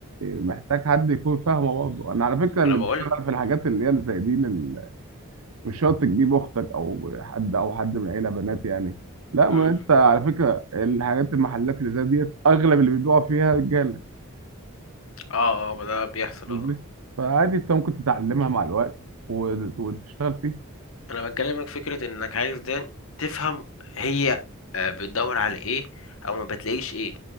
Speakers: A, on the right; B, on the left.
A: محتاج حد يكون فاهمه برضه انا على فكره
B: ما
A: اللي
B: انا بقول
A: بيشتغل في الحاجات اللي هي اللي زي دي لل... مش شرط تجيب اختك او حد او حد من العيله بنات يعني لا ما
B: م- م.
A: انت على فكره الحاجات المحلات اللي زي ديت اغلب اللي بيبيعوا فيها رجاله
B: اه اه ما ده بيحصل
A: قصدي؟
B: اه
A: فعادي انت ممكن تتعلمها مع الوقت وت- وتشتغل فيه
B: انا بكلمك فكرة انك عايز ده تفهم هي آه، بتدور على ايه او ما بتلاقيش ايه